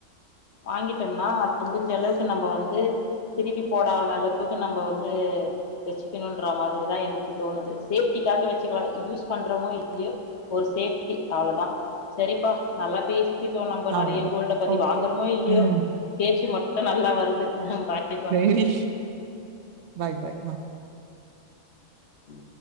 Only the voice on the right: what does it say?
அவ்ளோதா
ஓகே
ம்
இரி பாய் பாய் ஆ